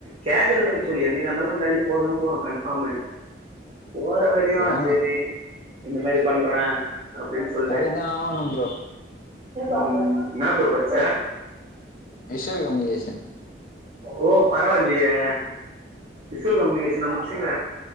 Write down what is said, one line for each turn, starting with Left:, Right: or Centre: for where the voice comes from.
Right: கேக்கற்துக்கு சொல்லு என்னைக்கா இர்ந்தாலு நம் வேலைக் போகதா போறோ கன்ஃபாமு போற வர யு
Left: போகணு
Right: செரி இந்த மாரி பண்றே அப்டின் சொல்லு
Left: போய் தா ஆவணு ப்ரோ
Right: ம் என்ன ப்ரோ பட்ச்ச
Left: விஷுவல் கம்யூனிகேஷன்
Right: ஓ பரவால்லியே விஷுவல் கம்யூனிகேஷனா முச்சிங்க